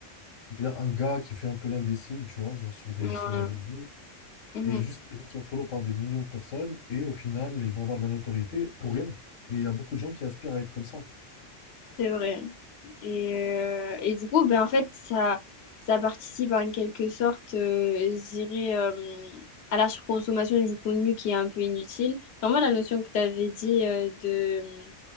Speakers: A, on the left; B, on the left.
A: ou bien un gars qui fait un peu l'imbécile, tu vois, genre sur des,
B: Mhm.
A: sur
B: Ouais.
A: les réseaux.
B: Mhm.
A: Et juste, ils vont se faire follow par des millions de personnes et au final, ils vont avoir de la notoriété pour rien. Et il y a beaucoup de gens qui aspirent à être comme ça.
B: C'est vrai. Et, euh, et du coup, ben, en fait, ça, ça participe en quelque sorte, euh, je dirais, euh, à la surconsommation du contenu qui est un peu inutile. Vraiment, la notion que tu avais dit euh, de euh,